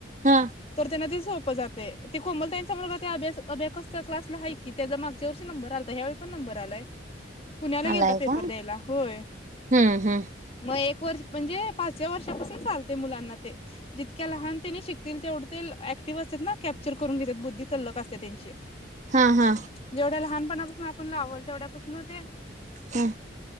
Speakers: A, on the right (about 40°); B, on the left (about 30°).
A: हा
B: तर त्यांना ते सो प जातय ते कोमल ताई चा मुलगा अभ्यास अभ्याकस च्या क्लास आहे की त्याचा मागच्या नंबर आलता ह्यावेळी पण नं बर आलाय पुण्याला गेलाता
A: आलाय
B: पेपर
A: का
B: द्यायला. होय
A: हम्म हम्म
B: मग एक वर्ष म्हणजे पाचव्या वर्षापासून चालते मुलांना ते. जितक्या लहान त्यांनी शिकतील तेवढे ऍक्टिव्ह असतात, ना कॅप्चर करून घेतात. बुद्धी तल्लक असते त्यांची.
A: हा हा
B: जेवढ्या लहानपणापासून आपण लावल तेवढ्यापासन ते
A: हो,